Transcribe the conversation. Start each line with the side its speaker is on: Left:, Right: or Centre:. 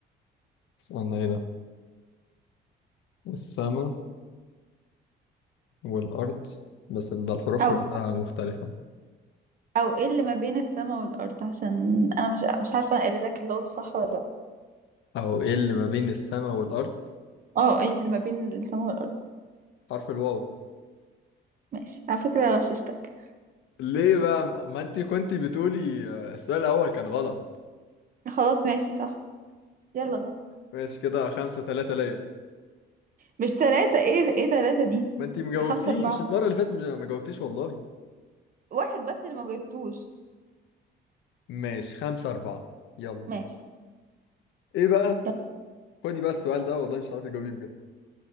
Left: استنى إيه ده السما والأرض بس ده الحروف
Right: او
Left: كلها مختلفة
Right: او ايه اللي ما بين السماء والأرض عشان انا مش مش عارفة انا قايله لك اللغز صح ولا لأ.
Left: أو إيه اللي ما بين السما والأرض
Right: اه ايه اللي ما بين السماء والارض
Left: حرف الواو
Right: ماشي على فكرة غششتك
Left: ليه بقى ما انت كنت بتقولي آه، السؤال الاول كان غلط
Right: خلاص ماشي صح يلا ده
Left: ماشي كده خمسة ثلاثة ليا
Right: مش ثلاثة ايه ايه ثلاثة دي
Left: ما انت مجاوبتيش
Right: خمسة اربعة
Left: المرة اللي فاتت مش- ما جاوبتيش والله
Right: واحد بس اللي ما جبتوش
Left: ماشي خمسة أربعة يلا
Right: ماشي
Left: ايه بقى
Right: يلا.
Left: خدي بقى السؤال ده والله مش هتعرفي تجاوبيه بجد